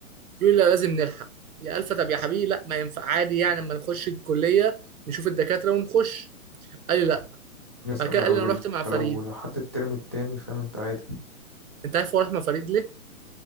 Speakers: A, on the right; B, on the left.
A: يقول لي لا لازم نلحق يا الفا طب يا حبيبي لا ما ينفع عادي يعني اما نخش الكليه نشوف الدكاتره ونخش قال لي لا
B: يس
A: بعد
B: ده
A: كده قال
B: لو
A: لي انا رحت مع
B: ده
A: فريد
B: لو لحد الترم التاني فاهم انت عادي
A: انت عارف هو راح مع فريد ليه